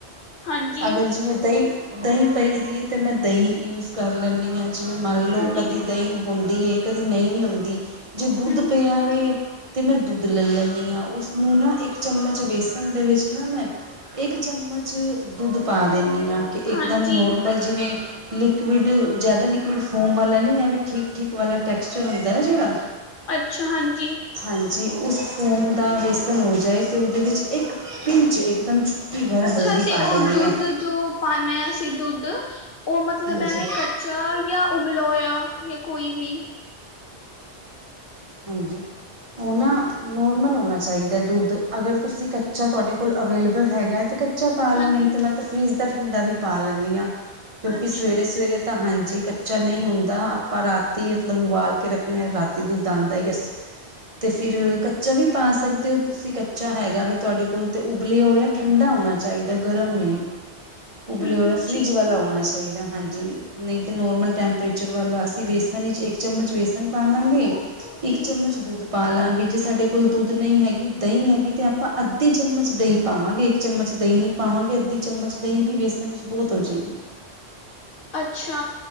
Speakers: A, on the left; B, on the right.
A: ਹਾਂਜੀ
B: ਅਗਰ ਜਿਵੇਂ ਦਈ ਦਈ ਪਈ ਦੀ ਏ ਤੇ ਮੈਂ ਦਈ ਯੂਜ ਕਰ ਲੈਨੀ ਹਾਂ ਜਿਵੇਂ ਮੰਨ ਲਉ
A: ਜੀ
B: ਕਦੀ
A: ਹੂੰ
B: ਦਈ ਹੁੰਦੀ ਏ। ਕਦੀ ਨਈ ਵੀ ਹੁੰਦੀ ਜੇ ਦੁੱਧ
A: ਹੂੰ
B: ਪਿਆ ਵੇ ਤੇ ਮੈਂ ਦੁੱਧ ਲੈ ਲੈਨੀ ਹਾਂ ਉਸਨੂੰ ਨਾ ਇੱਕ ਇਕ ਚਮੱਚ ਵੇਸਣ ਦੇ ਵਿੱਚ ਨਾ ਮੈਂ ਇੱਕ ਚਮੱਚ ਦੁੱਧ ਪਾ ਦਿੰਦੀ ਹਾਂ ਕਿ ਇੱਕਦਮ
A: ਹਾਂਜੀ
B: ਨੋਰਮਲ ਜਿਵੇਂ ਲਿਕਿਉਡ ਜਾਦਾ ਲਿਕਿਉਡ ਫੋਮ ਵਾਲਾ ਨੀ ਐਵੇਂ ਠੀਕ ਧੀਕ ਵਾਲਾ ਟੈਕਸਚਰ ਹੁੰਦਾ ਨਾ ਜਿਹਵੇ।
A: ਅੱਛਾ ਹਾਂਜੀ
B: ਹਾਂਜੀ, ਉਸ ਫੋਮ ਦਾ ਵੇਸਣ ਹੋ ਜਾਏ, ਅਤੇ ਉਹਦੇ ਵਿੱਚ ਇੱਕ ਪਿੰਚ ਇੱਕਦਮ। ਭਰ
A: ਅੱਛਾ,
B: ਹਲਦੀ
A: ਤੇ
B: ਪਾ ਦਿੰਦੀ
A: ਉਹ ਦੁੱਧ
B: ਹਾਂ
A: ਜੋ ਪਾਣੇ ਅਸੀ ਦੁੱਧ ਉਹ ਮਤਲੱਬ
B: ਹਾਂਜੀ
A: ਐਵੇਂ ਕੱਚਾ ਕੱਚਾ ਜਾਂ ਉਬਲਿਆ ਹੋਇਆ ਜਾਂ ਕੋਈ ਵੀ?
B: ਹਾਂਜੀ। ਓ ਨਾ ਨੋਰਮਲ ਹੋਣਾ ਚਾਈਦਾ ਦੁੱਧ ਅਗਰ ਤੁਸੀਂ ਕੱਚਾ ਤੁਆਡੇ ਕੋਲ ਅਵੇਲੇਬਲ ਹੈਗਾ ਤੇ ਕੱਚਾ ਕੱਚਾ ਪਾ ਲਉ
A: ਹਾਂਜੀ
B: ਨਈ ਤਾਂ ਮੈਂ ਤਾਂ ਫਰਿਜ਼ ਦਾ ਠੰਡਾ ਵੀ ਪਾ ਲੈਂਨੀ ਆ ਕਿਉਂਕਿ
A: ਅੱਛਾ
B: ਸਵੇਰੇ ਸਵੇਰੇ ਤਾਂ, ਹਾਂਜੀ ਕੱਚਾ ਨਹੀਂ ਹੁੰਦਾ, ਆਪਾਂ ਰਾਤੀ ਮਤਲੱਬ ਉਬਾਲ ਕੇ ਰੱਖਣੇ ਆਂ ਰਾਤੀ ਦੁੱਧ ਦੰਦ ਆਈ ਐਸ ਤੇ ਫਿਰ ਕੱਚਾ ਵੀ ਪਾ ਸਕਦੇ ਓ ਤੁਸੀਂ ਕੱਚਾ ਹੈਗਾ ਵੀ ਤੁਹਾਡੇ ਕੋਲ, ਤੇ ਉਬਲਿਆ ਹੋਇਆ ਠੰਡਾ ਹੋਣਾ ਚਾਹੀਦਾ ਗਰਮ ਨਹੀਂ। ਉਬਲਿਆ
A: ਹੂੰ
B: ਹੋਇਆ
A: ਹੂੰ
B: ਫਰਿੱਜ
A: ਠੀਕ
B: ਵਾਲਾ
A: ਹੈ
B: ਹੋਣਾ ਚਾਈਦਾ ਹਾਂਜੀ ਨਹੀਂ ਤਾਂ ਨੋਰਮਲ ਟੈਂਪਰੇਚਰ ਵਾਲਾ ਅਸੀਂ ਵੇਸਣ ਵਿੱਚ ਇੱਕ ਚਮਚ ਵੇਸਣ ਪਾ ਲਾਂਗੇ
A: ਜੀ
B: ਇੱਕ ਚਮੱਚ ਦੁੱਧ ਪਾ ਲਾਗੇ ਜੇ ਸਾਡੇ ਕੋਲ ਦੁੱਧ ਨਹੀਂ ਹੈਗੀ, ਦਹੀ ਹੈਗੀ ਤੇ ਆਪਾਂ ਅੱਧੀ ਚਮੱਚ ਦਹੀ ਪਾਵਾਂਗੇ ਇੱਕ ਚਮੱਚ ਦਹੀਂ ਨੀ ਪਾਵਾਂਗੇ ਅੱਧੀ ਚਮੱਚ ਦਈ ਦੀ ਵੇਸਣ ਵਿਚ ਬੋਤ ਹੋ ਜੇਗੀ।
A: ਅੱਛਾ